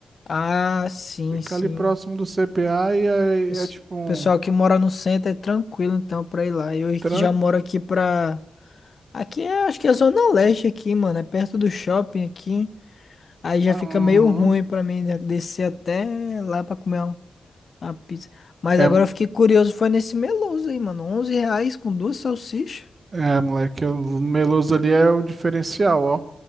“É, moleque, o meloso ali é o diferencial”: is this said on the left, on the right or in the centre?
Right